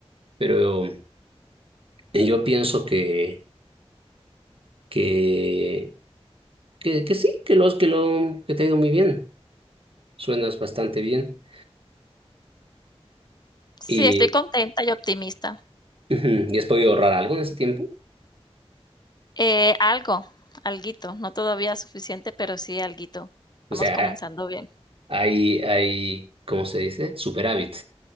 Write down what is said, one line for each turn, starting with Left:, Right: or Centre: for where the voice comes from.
Right: pero eh, yo pienso que, que, que, que sí, que, los, que, lo, que te ha ido muy bien. Suenas bastante bien.
Left: Sí,
Right: Y,
Left: estoy contenta
Right: <clears throat>
Left: y optimista.
Right: ujú, ¿y has podido ahorrar algo en ese tiempo?
Left: Eh, algo, alguito, no todavía suficiente, pero sí alguito.
Right: O
Left: Vamos
Right: sea,
Left: comenzando bien.
Right: hay, hay, ¿cómo se dice? Superávit